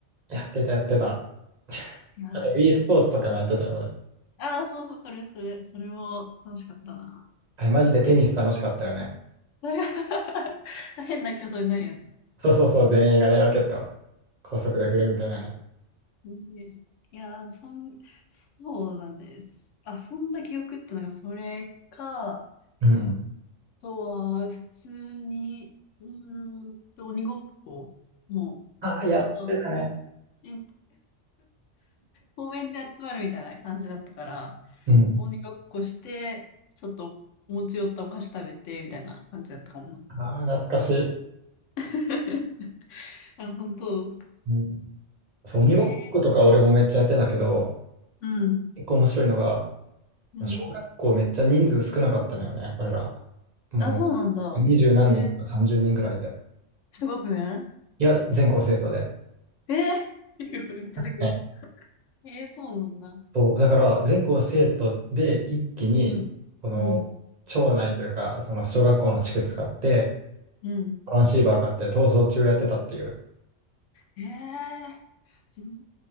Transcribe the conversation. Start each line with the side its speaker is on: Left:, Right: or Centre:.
Right: やってた、やってた。
Left: あ
Right: あと、e スポーツとかもやってたよ、俺。
Left: あー、そうそう、それ、それ、それも楽しかったな。
Right: あれ、マジでテニス楽しかったよね。
Left: 楽し <laughs> かった <laughs> 変な挙動になるやつ。
Right: そうそうそう、前衛がね、ラケットを高速で振るみたいなね。
Left: ねいやー、そん、そうだね。す遊んだ記憶ってのがそれか、あ
Right: うん。
Left: とは、普通に、うーんと、鬼ごっこ、もう、
Right: ああ、やってたね。
Left: 外、まえ公園で集まるみたいな感じだったから、
Right: うん。
Left: 鬼ごっこして、ちょっと持ち寄ったお菓子食べて、みたいな感じだったかもな。
Right: ああ、懐かしい。
Left: <laughs> あ、本当。
Right: うんそう、
Left: へえ
Right: 鬼ごっことか俺もめっちゃやってたけど、
Left: うん。
Right: 結構面白いのが、
Left: うん。
Right: 小学校めっちゃ人数少なかったのよね、俺ら。もう、
Left: あ、そうなんだ。
Right: 二十何人とか三十人ぐらいで。
Left: へえ一学年
Right: いや、全校生徒で。
Left: えー <laughs> めっちゃでかい
Right: ね
Left: ええそうなんだ。
Right: そう、だから、全校生徒で一気に、
Left: うん。
Right: この、
Left: うん。
Right: 町内というか、その小学校の地区使って、
Left: うん。
Right: トランシーバー買って逃走中やってたっていう。
Left: ええ全